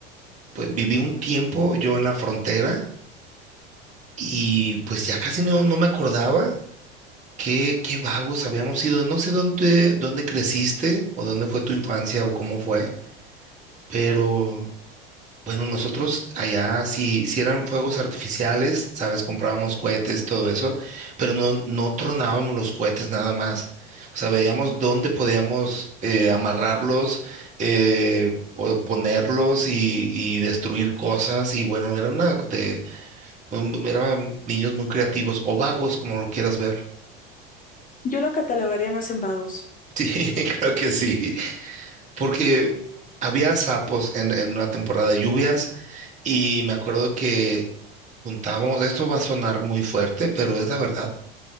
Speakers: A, on the right (about 25°); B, on the left (about 30°).
A: pues, viví un tiempo yo en la frontera y pues ya casi no, no me acordaba qué, qué vagos habíamos sido. No sé dónde, dónde creciste o dónde fue tu infancia o cómo fue, pero Bueno, nosotros allá, si, si eran fuegos artificiales, sabes, comprábamos cohetes, todo eso, pero no, no tronábamos los cohetes nada más. O sea, veíamos dónde podíamos eh, amarrarlos eh, o ponerlos y, y destruir cosas. Y bueno, era una de, un- eran niños muy creativos o vagos, como lo quieras ver.
B: Yo lo catalogaría más en vagos.
A: Sí, <laughs> creo que sí, porque había sapos en, en una temporada de lluvias y me acuerdo que Juntábamos, esto va a sonar muy fuerte, pero es la verdad.